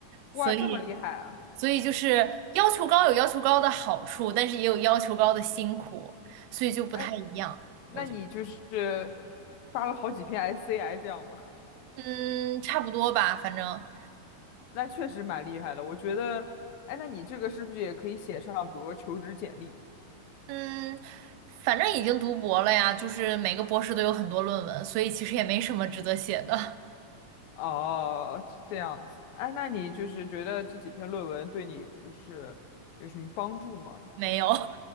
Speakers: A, on the left (about 75°); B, on the right (about 85°).
A: 哇，
B: 所以
A: 这么厉害啊！
B: 所以就是要求高有要求高的好处，但是也有要求高的辛苦，所以就不太一样，
A: 哎，那你就是
B: 我觉得，
A: 发了好几篇 SCI 这样吗？
B: 嗯，差不多吧，反正。
A: <laughs> 那确实蛮厉害的，我觉得。哎，那你这个是不是也可以写上，比如说求职简历？
B: 嗯，反正已经读博了呀，就是每个博士都有很多论文，所以其实也没什么值得写的，
A: 哦，这样子。哎，那你就是觉得这几篇论文对你就是有什么帮助吗？
B: 没有，